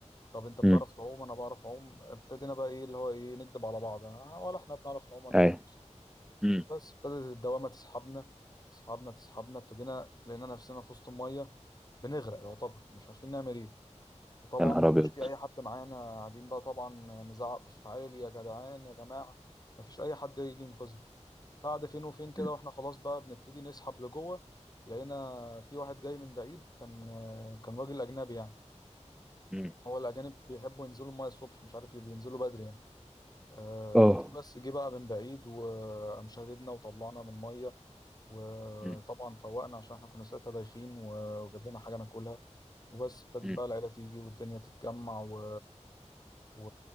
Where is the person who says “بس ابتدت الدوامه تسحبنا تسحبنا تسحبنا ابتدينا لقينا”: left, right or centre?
Left